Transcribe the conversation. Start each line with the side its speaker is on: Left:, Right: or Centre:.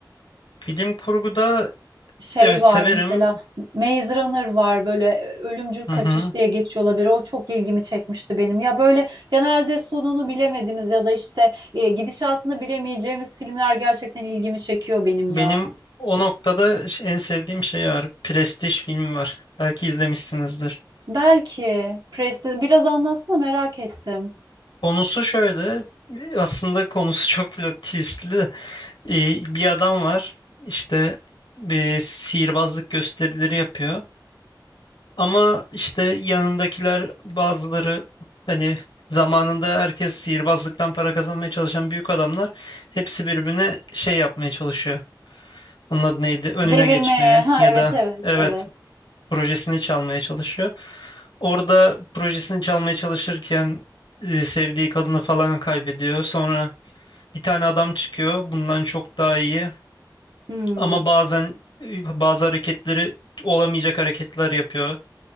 Left: Bilim kurguda
Right: şey
Left: evet
Right: var
Left: severim.
Right: mesela Maze Runner var böyle e, ölümcül kaçış
Left: Hı hı.
Right: diye geçiyor olabilir. O çok ilgimi çekmişti benim. Ya böyle genelde sonunu bilemediğimiz ya da işte e, gidişatını bilemeyeceğimiz filmler gerçekten ilgimi çekiyor benim ya.
Left: Benim o noktada ş- en sevdiğim şey var. Prestij filmi var. Belki izlemişsinizdir.
Right: Belki Preston biraz anlatsana merak ettim.
Left: Konusu şöyle. e, Aslında konusu <laughs> çok plot twistli de. E, bir adam var. İşte bir sihirbazlık gösterileri yapıyor. Ama işte yanındakiler bazıları hani zamanında herkes sihirbazlıktan para kazanmaya çalışan büyük adamlar hepsi birbirine şey yapmaya çalışıyor. Onun adı neydi? Önüne
Right: Devirmeye.
Left: geçmeye
Right: Ha
Left: ya
Right: evet
Left: da
Right: evet
Left: evet
Right: evet.
Left: projesini çalmaya çalışıyor. Orada projesini çalmaya çalışırken e, sevdiği kadını falan kaybediyor. Sonra bir tane adam çıkıyor. Bundan çok daha iyi.
Right: Hmm.
Left: Ama bazen e, bazı hareketleri olamayacak hareketler yapıyor.